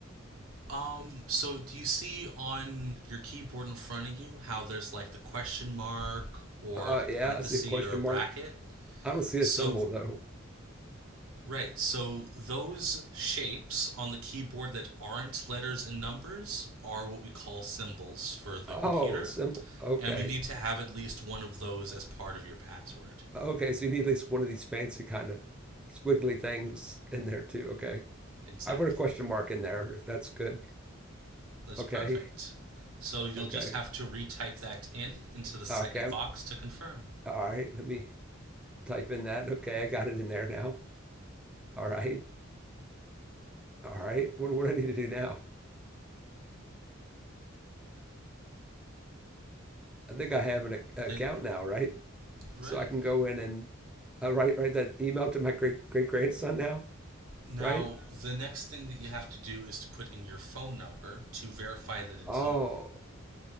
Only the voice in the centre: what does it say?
Uh,
yeah, I see a question
mark. I don't see
a symbol though.
Oh,
symbol. Okay.
Okay, so you need at least one of these fancy kind of squiggly things in there too. Okay.
I put a question mark in there if that's good.
Okay.
Okay.
Okay. I'm-
All right. Let me type in that. Okay. I got it in there now. All right. All right. What, what do I need to do now? I think I have an ac- account
now, right?
So I can go in and uh, write write that email to my great great grandson now,
right?
Oh,